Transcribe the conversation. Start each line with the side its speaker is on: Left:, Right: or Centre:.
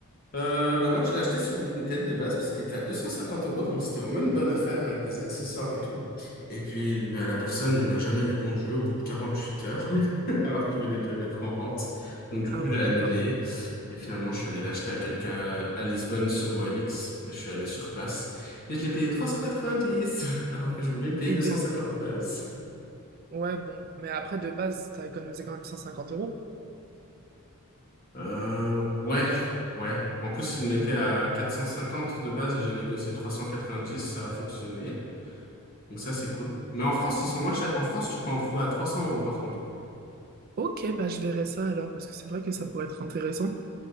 Left: Euh, bah moi, je l'ai acheté sur Vinted de base parce qu'il était à 250 euros, donc c'était vraiment une bonne affaire avec des accessoires et tout. Et puis, bah, la personne ne m'a jamais répondu au bout de 48 heures, <laughs> alors qu'il venait de le mettre en vente. Donc du
Right: Ah
Left: coup, je
Right: ouais,
Left: l'ai
Right: d'accord.
Left: annulé. Et finalement, je suis allé l'acheter à quelqu'un à Lisbonne sur OLX. Et je suis allé sur place et je l'ai payé 390, <laughs> alors que je voulais le payer
Right: Et
Left: 250
Right: de...
Left: de base.
Right: Ouais, bon. Mais après, de base, t'as économisé quand même 150 euros.
Left: Euh, ouais, ouais. En plus, il mettait à 450 de base, j'ai négocié 390, ça a fonctionné. Donc ça, c'est cool. Mais en France, ils sont moins chers. En France, tu peux en trouver à 300 euros par contre.
Right: Ok, bah je verrai ça alors, parce que c'est vrai que ça pourrait être intéressant.